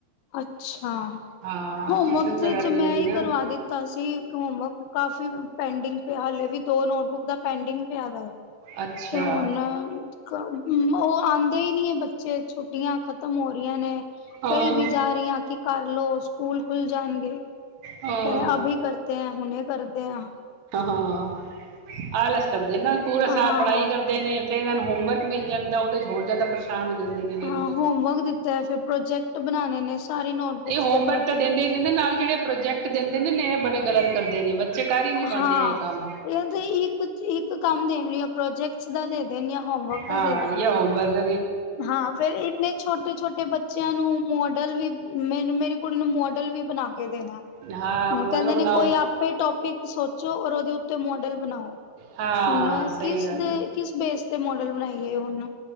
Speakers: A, on the left; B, on the right.
A: ਅੱਛਾ,
B: ਹਾਂ
A: ਹੋਮਵਰਕ
B: ਟਿਊਸ਼ਨ ਵਗੈਰਾ
A: ਤੇ
B: ਦਿੰਦੀ
A: ਮੈਂ ਈ
B: ਨਾ
A: ਕਰਵਾ ਦਿੱਤਾ ਸੀ। ਹੋਮਵਰਕ ਕਾਫੀ- ਪੈਂਡਿੰਗ ਪਿਆ ਹਾਲੇ ਵੀ ਦੋ ਨੋਟਬੁੱਕ ਦਾ ਪੈਂਡਿੰਗ ਪਿਆ ਦਾ ਏ।
B: ਅੱਛਾ
A: ਤੇ ਹੁਣ ਕੰਮ ਹੂੰ ਉਹ ਆਂਦੇ ਈ ਨਈ ਏ ਬੱਚੇ। ਛੁੱਟੀਆਂ ਖ਼ਤਮ ਹੋ ਰੀਆਂ ਨੇ
B: ਹਾਂ
A: ਕਈ ਵੀ ਕਹਿ ਰਹੀ ਆ ਕਿ ਕਰ ਲੋ। ਸਕੂਲ ਖੁੱਲ ਜਾਣਗੇ ਕਹਿੰਦੇ
B: ਹਾਂ
A: ਅਭੀ ਕਰਤੇ ਹੈ ਹੁਣੇ ਕਰਦੇ ਆ।
B: ਹਾਂ ਆਲਸ ਕਰਦੇ ਨਾ ਪੂਰਾ ਸਾਲ
A: ਹਾਂ
B: ਪੜ੍ਹਾਈ ਕਰਦੇ ਨੇ ਫੇਰ ਇਹ ਹੋਮਵਰਕ ਮਿਲ ਜਾਂਦਾ ਉਹ 'ਚ ਦੇ ਚ ਹੋਰ ਜ਼ਿਆਦਾ ਹੋ ਜਾਂਦੇ ਨੇ ਫੇਰ
A: ਹਾਂ
B: ਉਹ
A: ਹੋਮਵਰਕ ਦਿੱਤਾ ਏ। ਫਿਰ ਪ੍ਰੋਜੈਕਟ ਬਣਾਣੇ ਨੇ। ਸਾਰੀ ਨੋਟਬੁੱਕਸ
B: ਤੇ ਹੋਮਵਰਕ
A: ਦੇ ਪ੍ਰੋਜੈਕਟ
B: ਤਾਂ ਦੇਂਦੇ ਈ ਦੇਂਦੇ ਨਾਲ ਜੇੜੇ ਪ੍ਰੋਜੈਕਟ ਦਿੰਦੇ ਕਹਿੰਦੇ ਨੇ ਏ ਬੜੇ ਗਲਤ ਕਰਦੇ ਨੇ ਬੱਚੇ ਕਰ ਹੀ ਨਹੀਂ ਪਾਂਦੇ
A: ਹਾਂ
B: ਇਹ ਕੰਮ
A: ਇਹ ਤੇ ਇੱਕ ਇੱਕ ਕੰਮ ਦੇਣ ਜਾਂ ਆ ਪ੍ਰੋਜੈਕਟ ਸਦਾ ਦੇ ਦੇਣ
B: ਹਾਂ
A: ਦੇਣ
B: ਯਾ ਹੋੋਮ ਵਰਕ
A: ਹਾਂ ਫੇਰ ਇਨੇ ਛੋਟੇ ਛੋਟੇ ਬੱਚਿਆਂ ਨੂੰ ਮੋਡਲ ਵੀ ਮੇ ਮੇਰੀ ਕੁੜੀ ਨੂੰ ਮੋਡਲ ਵੀ ਬਣਾ ਕੇ ਦੇਣਾ
B: ਹਾਂ
A: ਹੁਣ
B: ਮੋਡਲ
A: ਕਹਿੰਦੇ
B: ਬਣਾਓ
A: ਨੇ ਕੋਈ ਆਪੇ ਟੋਪਿਕ ਸੋਚੋ ਔਰ ਉਹ ਓਦੇ ਉੱਤੇ ਮੋਡਲ ਬਣਾਓ
B: ਹਾਂ
A: ਹੁਣ
B: ਸਹੀ
A: ਕਿਸ
B: ਗੱਲ
A: ਦੇ
B: ਆ
A: ਕਿਸ ਕਿਸ ਤੇ ਮੋਡਲ ਬਣਾਈਏ ਹਣ